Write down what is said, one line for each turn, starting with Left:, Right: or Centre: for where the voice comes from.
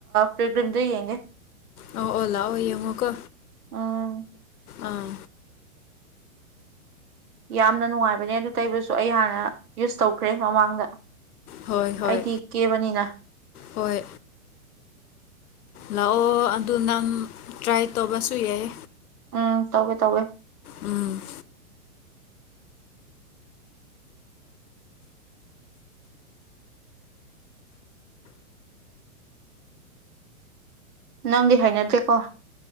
Right: ꯄꯒ꯭ꯔꯤꯝꯗ ꯌꯦꯡꯒ
Left: ꯑꯣ ꯑꯣꯂ ꯑꯣꯏꯌꯦꯃꯨꯀ
Right: ꯎꯝ
Left: ꯑꯥ
Right: ꯌꯥꯝꯅ ꯅꯨꯡꯉꯥꯏꯕꯅꯦ ꯑꯗꯨ ꯇꯩꯕꯁꯨ ꯑꯩ ꯍꯥꯟꯅ ꯌꯨꯁ ꯇꯧꯈ꯭ꯔꯦ ꯃꯃꯥꯡꯗ
Left: ꯍꯣꯏ ꯍꯣꯏ
Right: ꯑꯩꯗꯤ ꯀꯦꯕꯅꯤꯅ
Left: ꯍꯣꯏ ꯂꯥꯛꯑꯣ ꯑꯗꯨ ꯅꯪ ꯇ꯭ꯔꯥꯏ ꯇꯧꯕꯁꯨ ꯌꯥꯏ
Right: ꯎꯝ ꯇꯧꯒꯦ ꯇꯧꯋꯦ
Left: ꯎꯝ
Right: ꯅꯪꯗꯤ ꯍꯥꯏꯅꯗꯦꯀꯣ